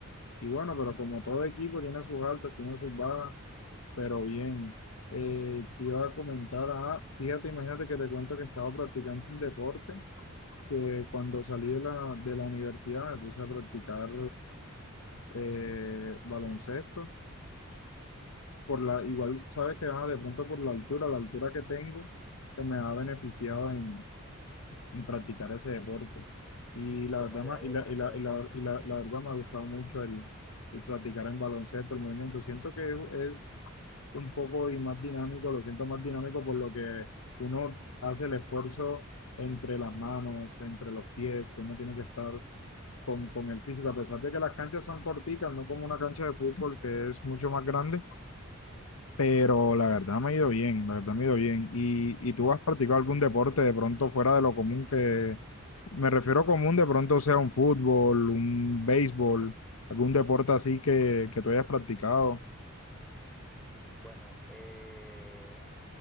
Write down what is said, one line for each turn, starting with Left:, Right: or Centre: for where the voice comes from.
Left: y bueno, pero como todo equipo tiene sus altas, tiene sus bajas, pero bien. Eh, que iba a comentar, ah, fíjate, imagínate que te cuento que estaba practicando un deporte que cuando salí de la, de la universidad me puse a practicar eh, baloncesto. Por la, igual sabes que ah, de pronto por la altura, la altura que tengo, que me ha beneficiado en, en practicar ese deporte. Y
Centre: ¿Y
Left: la
Centre: cómo
Left: verdad,
Centre: te
Left: ma-
Centre: ha
Left: y
Centre: ido
Left: la,
Centre: con
Left: y
Centre: ese
Left: la,
Centre: deporte?
Left: y la, y la- la verdad me ha gustado mucho el, el practicar en baloncesto, el movimiento. Siento que es un poco di- más dinámico, lo siento más dinámico por lo que uno hace el esfuerzo entre las manos, entre los pies, que uno tiene que estar con, con el físico, a pesar de que las canchas son corticas, no como una cancha de fútbol que es mucho más grande, pero la verdad me ha ido bien, la verdad me ha ido bien. ¿Y, y tú has practicado algún deporte de pronto fuera de lo común que, me refiero común, de pronto sea un fútbol, un béisbol, algún deporte así que, que tú hayas practicado?
Centre: Bueno, eh,